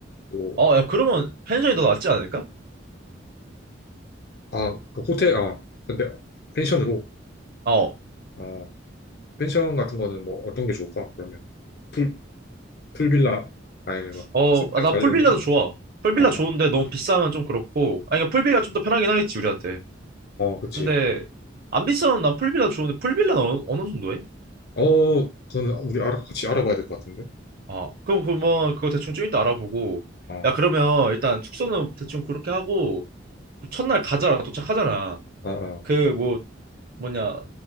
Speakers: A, on the left (about 55°); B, on the right (about 50°).
A: 또
B: 어, 야, 그러면 펜션이 더 낫지 않을까?
A: 아 그 호텔 아 근데 펜션으로
B: 어.
A: 아 펜션 같은 거는 뭐 어떤 게 좋을까 그러면 풀 풀빌라 아니 막
B: 어,
A: 수영장
B: 난
A: 깔려
B: 풀빌라도
A: 있는
B: 좋아. 풀빌라
A: 아어
B: 좋은데 너무 비싸면 좀 그렇고. 아니, 그러니까 풀빌라 좀 더 편하긴 하겠지, 우리한테.
A: 그치
B: 근데 안 비싸면 난 풀빌라 좋은데 풀빌라는 어느, 어느 정도 해?
A: 어 그거는 우리 알아 같이 알아봐야 될 것 같은데
B: 아 그럼 그러면
A: 어
B: 그거 대충 좀 이따 알아보고
A: 어
B: 야 그러면 일단 숙소는 대충 그렇게 하고 그 첫날 가자 도착하잖아
A: 어 어
B: 그 뭐 뭐냐